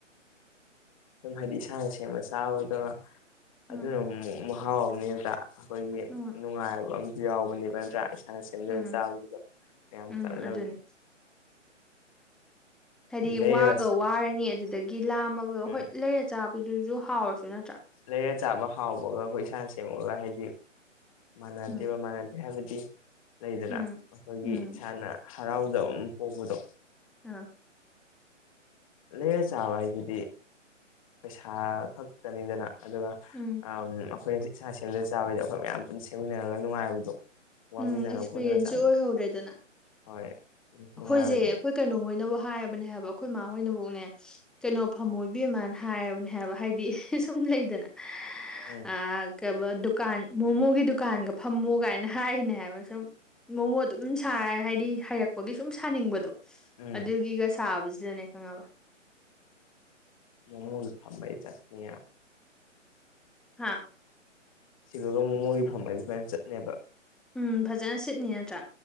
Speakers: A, on the left; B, in the centre.
A: ꯑꯗꯨꯝ ꯍꯥꯏꯗꯤ ꯏꯁꯥꯅ ꯁꯦꯝꯕ ꯆꯥꯕꯗꯣ ꯑꯗꯨꯅ
B: ꯎꯝ
A: ꯑꯃꯨꯛ ꯃꯍꯥꯎ ꯑꯃꯅꯦꯕꯗꯥ ꯑꯩꯈꯣꯏꯒꯤ
B: ꯎꯝ
A: ꯅꯨꯡꯉꯥꯏꯕ ꯑꯝꯁꯨ ꯌꯥꯎꯕꯅꯦꯕ ꯅꯠꯇ꯭ꯔꯥ ꯏꯁꯥꯅ <unintelligible>
B: ꯎꯝ ꯎꯝ ꯑꯗꯨꯅꯤ ꯍꯥꯏꯗꯤ
A: ꯂꯩꯔꯒ
B: ꯋꯥꯒ ꯋꯥꯔꯅꯤ ꯑꯗꯨꯗꯒꯤ ꯂꯥꯝꯃꯒ
A: ꯎꯝ
B: ꯍꯣꯏ ꯂꯩꯔ ꯆꯥꯕꯗꯨꯁꯨ ꯍꯥꯎꯔꯁꯨ ꯅꯠꯇ꯭ꯔꯥ꯫
A: ꯂꯩꯔ ꯆꯥꯕ ꯍꯥꯎꯕꯒ ꯑꯩꯈꯣꯏ ꯏꯁꯥꯅ ꯁꯦꯝꯃꯒ ꯍꯥꯏꯗꯤ ꯃꯥꯟꯅꯗꯦꯕ
B: ꯎꯝ
A: ꯃꯥꯟꯅꯗꯦ ꯍꯥꯏꯕꯗꯤ ꯂꯩꯗꯅ
B: ꯎꯝ
A: ꯑꯩꯈꯣꯏꯒꯤ
B: ꯎꯝ
A: ꯏꯁꯥꯅ꯫ ꯍꯔꯥꯎꯖꯕ ꯑꯃ ꯄꯣꯛꯄꯗꯣ꯫
B: ꯑꯥ꯫
A: ꯖꯃꯝ ꯂꯩꯔ ꯆꯥꯕ ꯍꯥꯏꯁꯤꯗꯤ ꯄꯩꯁꯥ ꯈꯛꯇꯅꯤꯗꯅ ꯑꯗꯨꯒ
B: ꯎꯝ꯫
A: ꯑꯩꯈꯣꯏꯅ ꯍꯧꯖꯤꯛ ꯏꯁꯥ ꯁꯦꯝꯖ ꯆꯥꯕꯩꯗ ꯑꯩꯈꯣꯏ ꯃꯌꯥꯝ ꯄꯨꯝ ꯁꯦꯝꯃꯤꯟꯅꯔꯒ ꯅꯨꯡꯉꯥꯏꯕꯗꯣ꯫ ꯋꯥꯃꯤꯟꯅꯔꯒ
B: ꯎꯝ ꯑꯦꯛꯁꯄꯤꯔꯤꯌꯦꯟꯁꯁꯨ
A: ꯄꯨꯟꯅꯒ ꯆꯥꯕꯗꯣ
B: ꯑꯣꯏꯍꯧꯔꯦꯗꯅ꯫
A: ꯍꯣꯏ꯫ ꯅꯨꯡꯉꯥꯏꯕꯅꯦꯕ
B: ꯑꯩꯈꯣꯏꯁꯦ ꯑꯩꯈꯣꯏ ꯀꯩꯅꯣꯍꯣꯏꯅꯕꯧ ꯍꯥꯏꯔꯕꯅꯦ ꯍꯥꯏꯕ ꯑꯩꯈꯣꯏ ꯃꯥꯥꯍꯣꯏꯅꯐꯧꯅꯦ ꯀꯩꯅꯣ ꯐꯝꯃꯣ ꯏꯕꯦꯝꯃꯥꯅ꯫ ꯍꯥꯏꯕꯅꯦ ꯍꯥꯏꯕ ꯍꯥꯏꯗꯤ ꯁꯨꯝ ꯂꯩꯗꯅ
A: ꯎꯝ
B: ꯑꯥ ꯀꯩꯕ ꯗꯨꯀꯥꯟ ꯃꯣꯃꯣꯒꯤ ꯗꯨꯀꯥꯟꯒ ꯐꯝꯃꯣ ꯀꯥꯏꯅ ꯍꯥꯏꯅꯦ ꯍꯥꯏꯕ ꯁꯨꯝ꯫ ꯃꯣꯃꯣ ꯑꯗꯨꯝ ꯁꯥꯔ ꯍꯥꯏꯗꯤ ꯍꯥꯏꯔꯛ ꯑꯗꯨꯒꯤ ꯁꯨꯝ ꯁꯥꯅꯤꯡꯕꯗꯣ
A: ꯎꯝ
B: ꯑꯗꯨꯒꯤꯒ ꯁꯥꯕꯁꯤꯗꯅꯦ ꯈꯪꯉꯕ꯫
A: ꯃꯣꯃꯣꯗꯨ ꯐꯝꯕꯩ ꯆꯠꯅꯤꯌꯦ꯫
B: ꯍꯥ꯫
A: ꯁꯤꯗꯒ ꯃꯣꯃꯣꯒꯤ ꯐꯝꯃꯗꯤ ꯐꯥꯖꯅ ꯆꯠꯅꯦꯕ꯫
B: ꯎꯝ ꯐꯖꯅ ꯁꯤꯠꯅꯤ ꯅꯠꯇ꯭ꯔꯥ꯫